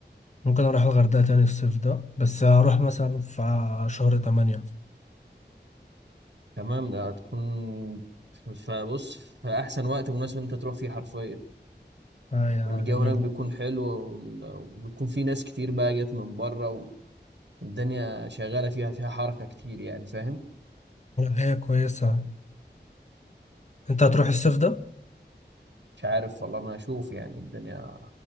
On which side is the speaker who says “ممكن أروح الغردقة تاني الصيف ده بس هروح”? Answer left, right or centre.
Left